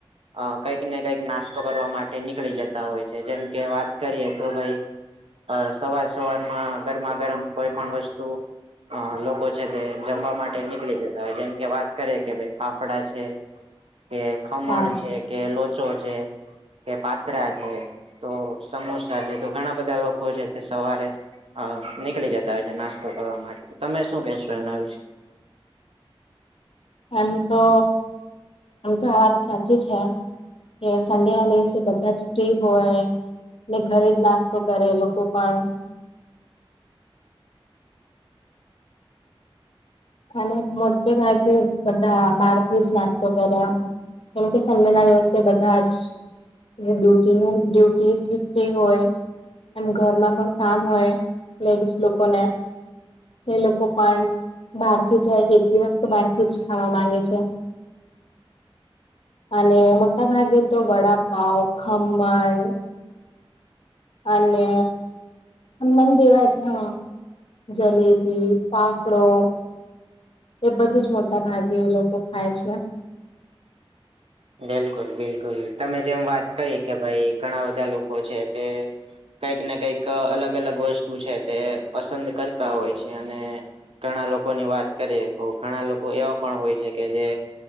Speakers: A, on the right; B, on the left.
A: અ કંઈક ને કંઈક નાસ્તો કરવા માટે નીકળી જતા હોય છે જેમ કે વાત કરીએ તો ભાઈ અ સવાર સવારમાં ગરમા ગરમ કોઈ પણ વસ્ તુ અ લોકો છે તે જમવા માટે નીકળી જાય. જેમ કે વાત કરે કે ભાઈ ફાફડા છે. કે ખમણ
B: હા
A: છે કે લોચો છે કે પાત્રા છે તો સમોસા છે તો ઘણા બધા લોકો છે તે સવારે હ નીકળી જતા હોય છે નાસ્તો કરવા માટે તમે શું કહેશો એના વિશ?
B: એમ તો આમ તો આ વાત સાચી છે. કે સંડે ના દિવસે બધા જ ફ્રી હોય. ને ઘરે જ નાસ્તો કરે લોકો કાઈ. અને મોટે ભાગે બધા બહારથી જ નાસ્તો કર્યા. કેમકે સંડે ના દિવસે બધા જ અને ડ્યુટી નલ ડ્યુટીલી ફ્રી હોય. એમ ઘરમાં પણ કામ હોય લેડીસ લોકોને, એ લોકો પણ બારથી જાય, એક દિવસ તો બારથી જ ખાવા માંગે છે. અને મોટા ભાગે તો વડાપાવ, ખમણ અને હનમાન જેવા જ હઅ. જલેબી, ફાફડો એ બધું જ મોટા ભાગે એ લોકો ખાય છે.
A: બિલકુલ, બિલકુલ તમે જેમ વાત કરી કે ભાઈ ઘણા બધા લોકો છે તે કઈક ને કઈક અલગ-અલગ વસ્તુ છે તે પસંદ કરતા હોય છે અને ઘણા લોકોની વાત કરીએ, કો ઘણા લોકો એવા પણ હોય છે કે જે